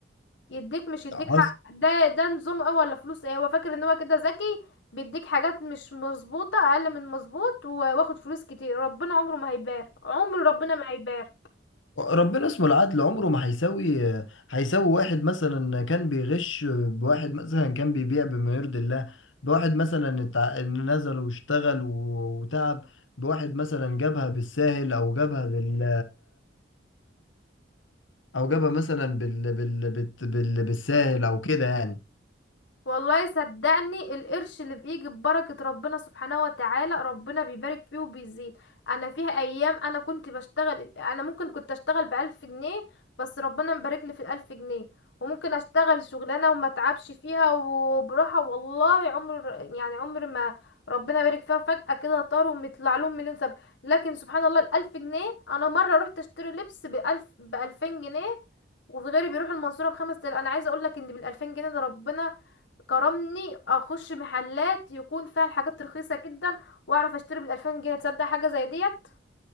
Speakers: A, on the left; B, on the left.
A: يديك مش يديك
B: حصل
A: حق ده ده نظام ايه ولا فلوس ايه هو فاكر ان هو كده ذكي بيديك حاجات مش مظبوطة اقل من مظبوط و- واخد فلوس كتير ربنا عمره ما هيبارك عمر ربنا ما هيبارك
B: ربنا اسمه العدل عمره ما هيساوي هيساوي واحد مثلا كان بيغش بواحد مثلا كان بيبيع بما يرضي الله بواحد مثلا اتع- نزل واشتغل و- وتعب بواحد مثلا جابها بالساهل او جابها بال او جابها مثلا بال... بال... بال... بال... بالساهل او كده يعني
A: والله صدقني القرش اللي بيجي ببركة ربنا سبحانه وتعالى ربنا بيبارك فيه وبيزيد انا فيها ايام انا كنت بشتغل انا ممكن كنت اشتغل بألف جنيه بس ربنا مبارك لي في الألف جنيه وممكن اشتغل شغلانة وما اتعبش فيها وبراحة والله عمر يعني عمر ما ربنا بارك فيها فجأة كده طاروا ومطلع لهم مليون سبب لكن سبحان الله الألف جنيه انا مرة رحت اشتري لبس بألف بألفين جنيه وفي غيري بيروح المنصورة بخمس تلاف انا عايزة اقول لك ان بالألفين جنيه ده ربنا كرمني اخش محلات يكون فيها الحاجات رخيصه جدا واعرف اشتري بالالفين جنيه تصدق حاجه زي ديت